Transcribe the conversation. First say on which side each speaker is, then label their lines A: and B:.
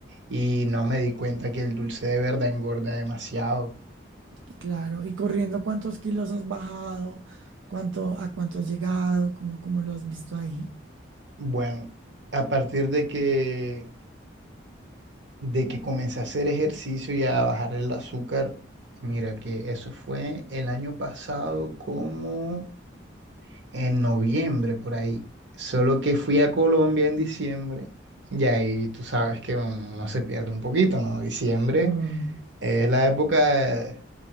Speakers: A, on the right; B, on the right.
A: y no me di cuenta que el dulce de verdad engorda demasiado.
B: y claro. Y corriendo, ¿cuántos kilos has bajado? ¿Cuánto, a cuánto has llegado? ¿Cómo, cómo lo has visto ahí?
A: Bueno, a partir de que, de que comencé a hacer ejercicio y a bajar el azúcar, mira que eso fue el año pasado como en noviembre por ahí. Solo que fui a Colombia en diciembre y ahí tú sabes que uno se pierde un poquito, ¿no? Diciembre
B: Mm,
A: es la época